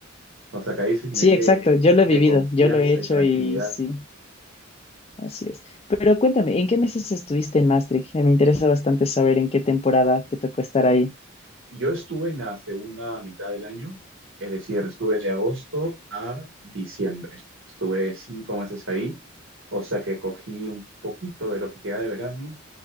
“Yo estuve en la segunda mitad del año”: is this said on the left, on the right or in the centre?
Right